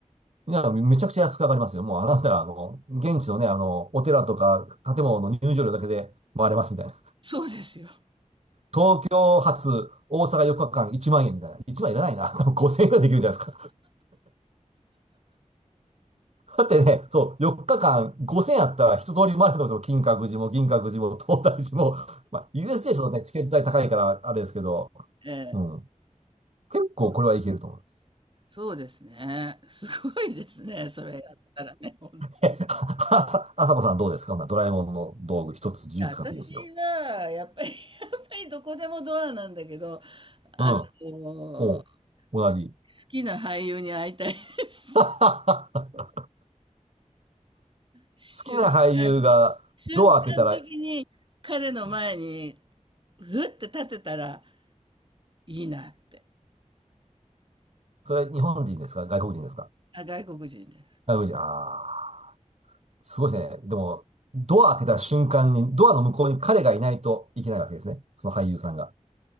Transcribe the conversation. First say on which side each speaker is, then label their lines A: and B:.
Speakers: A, on the right; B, on the right.
A: いや、めちゃくちゃ安く上がりますよ。もう、あなたら、あの、現地のね、あの、お寺とか建物の入場料だけで回れますみたいな。
B: そうですよ。
A: 東京発、大阪4日間1万円みたいな。1万円いらないな。<laughs> 5000円ぐらいできるんじゃないですか。だってね、そう、4日間5000円あったら一通り回れるのと、金閣寺も銀閣寺も東大寺も、まあ、USJ ちょね、チケット代高いからあれですけど、
B: ええ
A: うん。結構これはいけると思います。
B: そうですそうですね。すごいですね。それやったらね。ほんと
A: え、ああさ、あさこさんどうですかほなドラえもんの道具一つ自由に使っていいですよ。
B: 私は、やっぱり、<laughs> やっぱりどこでもドアなんだけど、あの、
A: うん。おう、同じ。
B: す好きな俳優に会いたいです。
A: <laughs> 好
B: 瞬間に、
A: きな俳優がドア開けたら、
B: 瞬間的に彼の前に、
A: うん
B: ふって立てたらいいなって。
A: それは日本人ですか外国人ですか
B: あ、外国人で
A: 外国人。ああ、すごいですね。でも、ドア開けた瞬間に、ドアの向こうに彼がいないといけないわけですね。その俳優さんが。